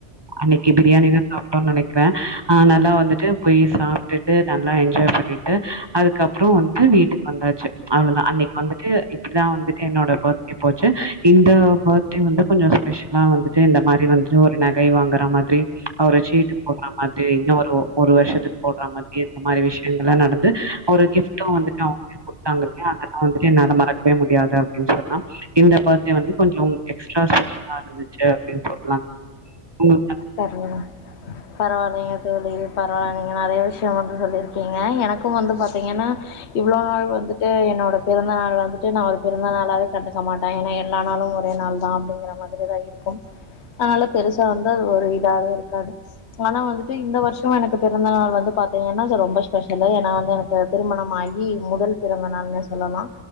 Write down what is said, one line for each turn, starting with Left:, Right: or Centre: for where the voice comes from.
Right: அன்னைக்கு பிரியாணிதா சாப்ட்டோனு நெனைக்கிறே அ நல்லா வந்துட்டு போய் சாப்ட்டுட்டு நல்லா என்ஜாய் பண்ணிட்டு அதுக்கப்புறோ வந்துட்டு வீட்டுக்கு வந்தாச்சு அவ்ளதா அன்னைக்கு வந்துட்டு இப்டிதா வந்துட்டு என்னோட பர்த்டே போச்சு இந்த பர்த்டே வந்து கொஞ்சோ ஸ்பெஷலா வந்துட்டு இந்த மாரி வந்துட்டு ஒரு நகை வாங்குறா மா ட்ரீ அவ்ர சீட்டு போடுறா மாத்ரி இன்னு ஒரு ஒரு வர்ஷத்துக்கு போடுறா மாதுரி இந்த மாதிரி விஷயங்கள்ல்லா நடந்து அவரு கிஃப்டும் வந்துட்டு அவுங்க குடுத்தாங்க இல்லையா அதெல்லா வந்துட்டு என்னால மறக்கவே முடியாது அப்டினு சொல்லாம் இந்த பர்த்டே வந்து கொஞ்சோ எக்ஸ்ட்ரா ஸ்பெஷலா இருந்துச்சு அப்டின்னு சொல்லா உங்ளு
Left: சரிங்க மம் பரவாயில்லைங்க தோழி பரவால்லங்க நறைய விஷ்யம் வந்து சொல்லிருக்கீங்க எனக்கு வந்து பாத்தீங்கன்னா இவ்ளோ நாள் வந்துட்டு என்னோட பிறந்த நாள் வந்து வந்துட்டு நா ஒரு பிறந்த நாளாவே கண்டுக்க மாட்ட ஏனா எல்லா நாளு ஒரு ரேநாள் தா அப்டிங்கிற மாதுரி தா இருக்கும் அதுனால பெருசா வந்து ஒரு இதாவே இருக்காது ஆனா வந்துட்டு இந்த வர்ஷோ எனக்கு பிறந்த நாள் வந்து பாத்திங்கன்னா ரொம்ப ஸ்பெஷல்லு நா வந்து எனக்கு திருமணம் ஆகி முதல் பிறந்த நாள்னு சொல்லலா